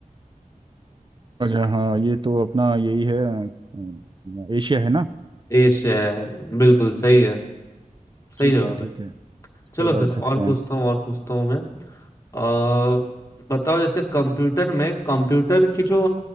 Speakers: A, on the right (about 35°); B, on the left (about 20°).
A: अच्छा हाँ ये तो अपना यही है अ, एशिया है ना
B: एशिया है बिल्कुल सही है सही
A: ठीक
B: जवाब
A: है ठीक
B: है
A: है इसको
B: चलो
A: डाल
B: फिर और
A: सकते
B: पूछता
A: हैं
B: हूँ और पूछता हूँ मैं अ, बताओ जैसे कंप्यूटर में कंप्यूटर की जो